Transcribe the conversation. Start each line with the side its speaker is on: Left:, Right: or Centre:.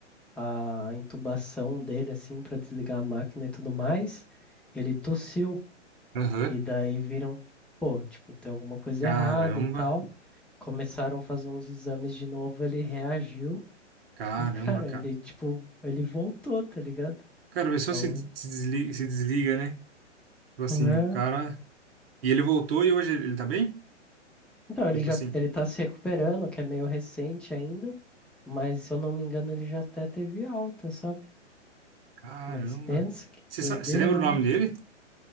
Centre: a intubação dele, assim, pra desligar a máquina e tudo mais, ele tossiu.
Right: Aham.
Centre: E daí viram, pô, tipo, tem alguma coisa
Right: Caramba.
Centre: errada e tal. Começaram a fazer uns exames de novo, ele reagiu.
Right: Caramba,
Centre: E, cara,
Right: cara.
Centre: ele, tipo, ele voltou, tá ligado?
Right: Cara, a pessoa
Centre: Então,
Right: se, se desliga, se desliga, né? Tipo assim,
Centre: é.
Right: o cara. E ele voltou e hoje ele tá bem?
Centre: Então, ele
Right: Tipo
Centre: já
Right: assim,
Centre: ele tá se recuperando, que é meio recente ainda, mas se eu não me engano, ele já até teve alta, sabe?
Right: caramba.
Centre: Mas pensa que
Right: Você
Centre: doideira,
Right: sa- você lembra o nome
Centre: né?
Right: dele?